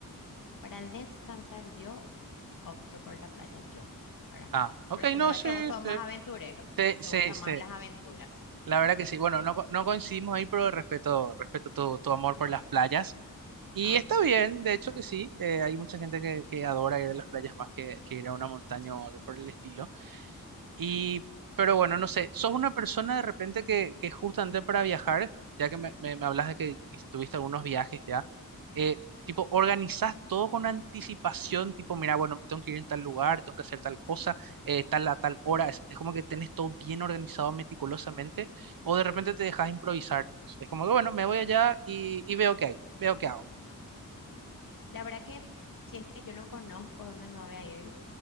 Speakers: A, on the left (about 65°); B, on the right (about 75°).
A: Para descansar yo opto por la playa, yo, ¿verdad?
B: Ah, ok,
A: Pero se
B: no,
A: nota
B: sí,
A: que vos sos más
B: sí.
A: aventurero,
B: Sí,
A: que te
B: sí,
A: gustan
B: sí.
A: más las aventuras.
B: La verdad que sí. Bueno, no, co- no coincidimos ahí, pero respeto, respeto tu, tu amor
A: Eh,
B: por las playas. Y
A: amo.
B: está bien, de hecho que sí. eh, hay mucha gente que, que adora ir a las playas más que, que ir a una montaña o algo por el estilo. Y, pero bueno, no sé, ¿sos una persona de repente que, que justamente para viajar, ya que me, me, me hablas de que tuviste algunos viajes ya, eh, tipo, organizás todo con anticipación, tipo, mira, bueno, me tengo que ir en tal lugar, tengo que hacer tal cosa, eh, tal a tal hora, es, es como que tenés todo bien organizado meticulosamente, o de repente te dejas improvisar, nomás? es como que, bueno, me voy allá y, y veo qué hay, veo qué hago.
A: La verdad que si es que yo no conozco dónde me voy a ir,